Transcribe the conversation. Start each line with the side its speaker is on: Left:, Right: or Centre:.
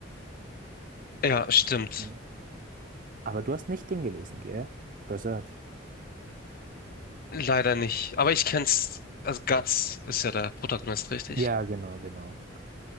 Left: Ja, stimmt.
Right: Ja. Aber du hast nicht den gelesen, gell? Berserk.
Left: Leider nicht. Aber ich kenn's. Also Guts ist ja der Protagonist, richtig?
Right: Ja, genau, genau.